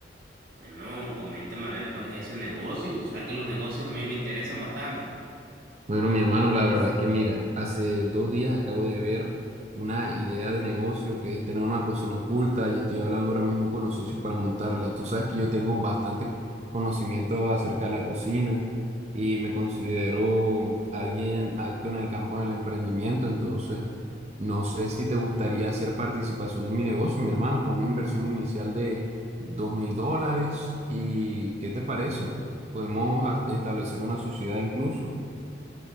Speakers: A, on the right; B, on the right.
A: Bueno, coméntame a ver cuál es ese negocio. Tú sabes que los negocios a mí me interesan bastante.
B: Bueno, mi hermano, la verdad es que mira, hace dos días acabo de ver una idea de negocio que es tener una cocina oculta y estoy hablando ahora mismo con los socios para montarla. Tú sabes que yo tengo bastante conocimiento acerca de la cocina y me considero alguien acto en el campo del emprendimiento, entonces no sé si te gustaría hacer participación en mi negocio, mi hermano, con una inversión inicial de dos mil dólares y ¿qué te parece? Podemos a- establecer una sociedad incluso.